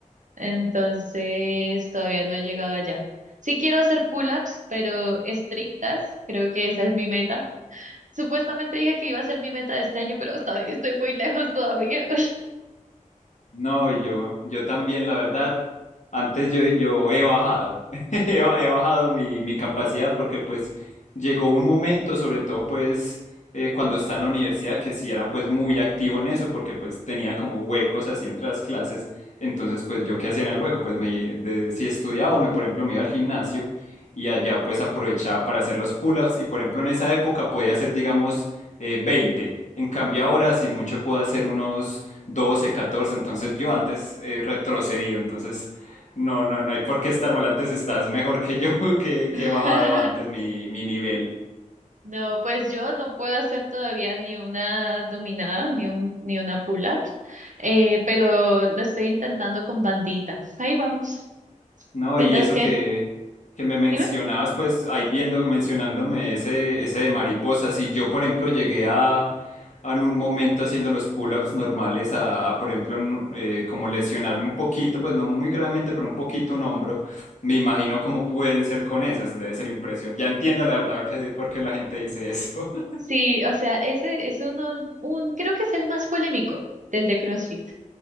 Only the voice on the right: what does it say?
Entonces, todavía no he llegado allá. Sí quiero hacer pull-ups, pero estrictas. Creo que esa es mi meta. Supuestamente dije que iba a ser mi meta de este año, pero todavía estoy muy lejos todavía.
<laughs>
No, pues yo no puedo hacer todavía ni una dominada, ni un, ni una pull-up, eh, pero lo estoy intentando con banditas. Ahí vamos.
Mientras
que,
dime.
Sí, o sea, ese es uno, un, creo que es el más polémico del de CrossFit.